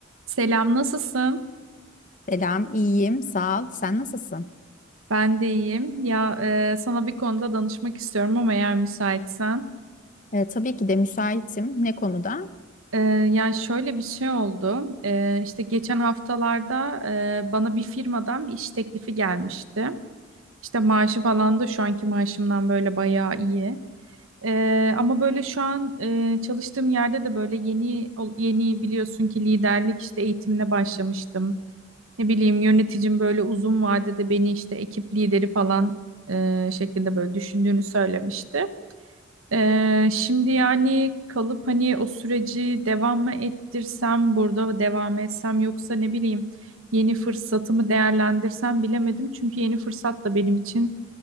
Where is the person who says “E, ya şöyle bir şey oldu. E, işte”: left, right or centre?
Right